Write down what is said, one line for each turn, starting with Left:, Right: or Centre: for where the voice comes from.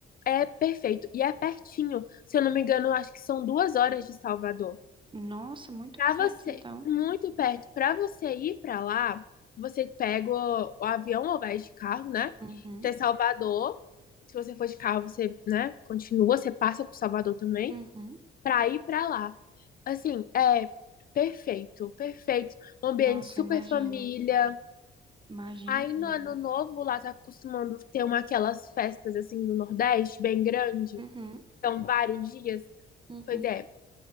Left: é perfeito. E é pertinho. Se eu não me engano, eu acho que são duas horas de Salvador.
Right: Nossa, muito
Left: Para
Right: perto,
Left: você,
Right: então.
Left: muito perto, para você ir para lá, você pega o, o avião ou vai de carro, né?
Right: Uhum,
Left: Até Salvador. Se você for de carro, você, né, continua, você passa por Salvador também,
Right: uhum.
Left: para ir para lá. Assim, é perfeito, perfeito. Um ambiente
Right: Nossa,
Left: super
Right: imagino.
Left: família.
Right: Imagino
Left: Aí
Right: mesmo.
Left: no ano novo lá tá acostumando ter uma aquelas festas assim do Nordeste, bem grande.
Right: Uhum,
Left: Então, vários dias.
Right: uhum.
Left: Pois é,